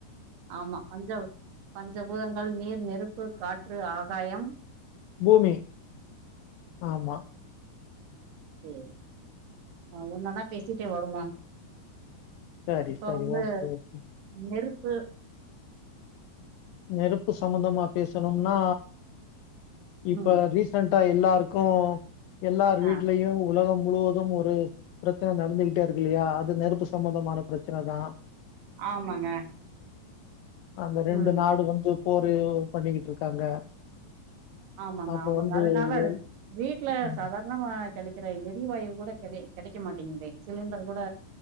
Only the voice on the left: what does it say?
பூமி ஆமா
சரி
சரி
ஓகே ஓகே
நெருப்பு சம்பந்தமா பேசணும்னா இப்ப
ரீசென்டா எல்லாருக்கு எல்லார் வீட்லயு
உலகம் முழுவதும் ஒரு பிரச்சன நடந்துகிட்டே இருக்கு இல்லையா அது நெருப்பு சம்பந்தமான பிரச்சனதா
அந்த ரெண்டு
நாடு வந்து போரு பண்ணிக்கிட்டு இருக்காங்க
அப்போ
வந்து
எல்
ம்